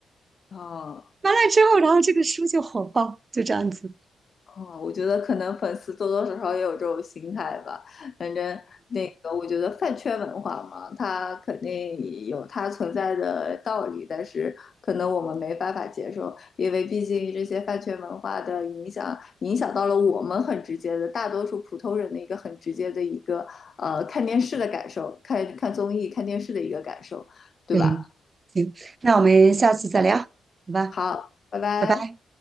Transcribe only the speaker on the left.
啊。
嗯，我觉得可能粉丝多多少少也有这种心态吧。反正那个，我觉得饭圈文化嘛，它肯定有它存在的道理，但是可能我们没办法接受，因为毕竟这些饭圈文化的影响，影响到了我们很直接的，大多数普通人的一个很直接的一个呃看电视的感受，看看综艺、看电视的一个感受，对吧？
好，拜拜。